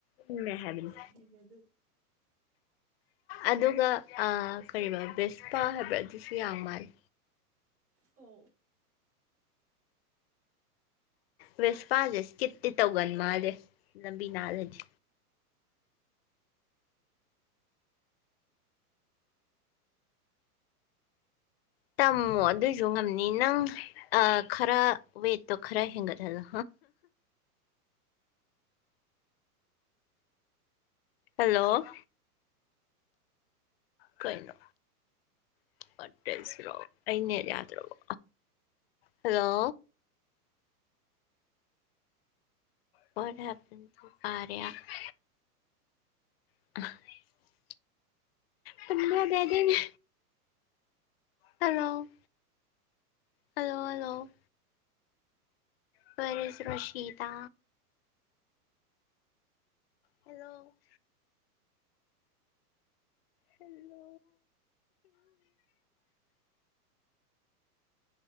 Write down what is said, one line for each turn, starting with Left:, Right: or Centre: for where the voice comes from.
Left: ꯂꯨꯝꯃꯦ ꯍꯥꯏꯕꯅꯤ
Right: ꯀꯥꯏ ꯑꯗꯨ
Left: ꯑꯗꯨꯒ ꯑ ꯀꯔꯤꯕ ꯕꯦꯁꯄꯥ ꯍꯥꯏꯕ꯭ꯔꯥ ꯑꯗꯨꯁꯨ ꯌꯥꯡ ꯃꯥꯜꯂꯦ
Right: ꯑꯣ
Left: ꯕꯦꯁꯄꯥꯖꯦ ꯏꯁꯀꯤꯞꯇꯤ ꯇꯧꯒꯟ ꯃꯥꯜꯂꯦ ꯂꯝꯕꯤ ꯅꯥꯜꯂꯗꯤ ꯇꯝꯃꯣ ꯑꯗꯨꯏꯖꯨ ꯉꯝꯅꯤ ꯅꯪ ꯑ ꯈꯔ ꯋꯦꯠꯇꯣ ꯈꯔ ꯍꯦꯟꯒꯠꯍꯜꯂꯣ ꯍꯜꯂꯣ ꯀꯩꯅꯣ <unintelligible> ꯑꯩ ꯅꯦꯠ ꯌꯥꯗ꯭ꯔꯕꯣ ꯍꯜꯂꯣ ꯋꯥꯠ ꯍꯦꯄꯟ <unintelligible> <unintelligible> ꯇꯨꯝꯕ ꯌꯥꯗꯦ ꯍꯥꯏꯗꯥꯏꯅꯦ ꯍꯜꯂꯣ ꯍꯜꯂꯣ ꯍꯜꯂꯣ ꯈꯣꯏ ꯑꯅꯤꯁꯤꯔꯣ ꯁꯤꯗꯥ ꯍꯦꯜꯂꯣ ꯍꯜꯂꯣ